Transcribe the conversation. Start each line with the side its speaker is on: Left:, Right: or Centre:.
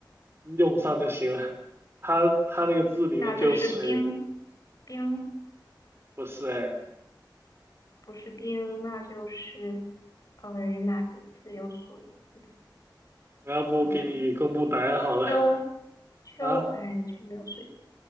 Right: 用上就行了。它它那个字里面就有水，
Left: 那就是冰冰，
Right: 不是哎，
Left: 不是冰，那就是呃哪些字有水？是的，
Right: 我要不给你公布答案好了
Left: 嗯。秋秋，
Right: 啊？
Left: 哎，秋没有水